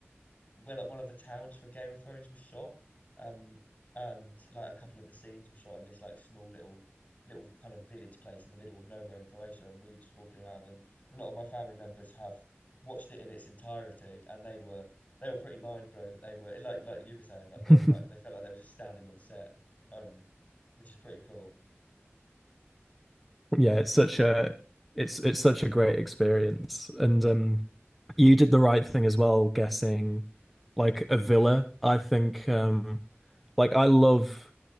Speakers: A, on the left; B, in the centre.
A: where like one of the towns from Game of Thrones was shot. Um, and like a couple of the scenes were shot in this like small little little kind of village place in the middle of nowhere in Croatia. And we were just walking around, and a lot of my family members have watched it in its entirety, and they were they were pretty mind blown that they were like like you were saying like
B: <laughs>
A: they were like they felt like they were just standing on set, um, which is pretty cool.
B: Yeah, it's such a it's it's such a great experience, and um, you did the right thing as well, guessing like a villa. I think um, like I love.